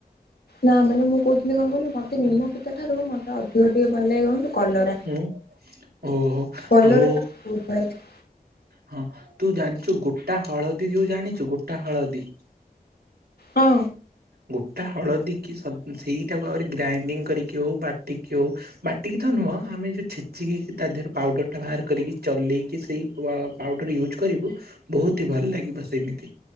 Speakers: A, on the left; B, on the right.
A: ନା ମାନେ ମୁଁ କହୁଥିଲି କଣ ଲାହିଲୁ ମତେ ନିମ ପିତା ଠାରୁ ମୋତେ ଅ <unintelligible> ଭଲ ଲାଗେ କଲରା
B: ହୁଁ ଓହୋ
A: କଲରା
B: ଆଉ
A: ଟା ବହୁତ ବଢିଆ ଲାଗେ।
B: ହଁ ତୁ ଜାଣିଛୁ ଗୋଟା ହଳଦୀ ଯୋଉ ଜାଣିଛୁ ଗୋଟା ହଳଦୀ?
A: ହଁ।
B: ଗୋଟା ହଳଦୀ କି ସ ସେଇଟାକୁ ଆହୁରି ଗ୍ରାଇଣ୍ଡିଙ୍ଗ କରିକି ହଉ ବାଟିକି ହଉ ବାଟିକି ତ ନୁହଁ ଆମେ ଯଉ ଛେଚିକି ତା ଦେହରେ ପାଉଡର ଟା ବାହାର କରିକି ଚଲେଇକି ସେଇ ପାଉଡର ୟୁଜ୍ କରିବୁ ବହୁତ ହି ଭଲ ଲାଗିବ ସେମିତି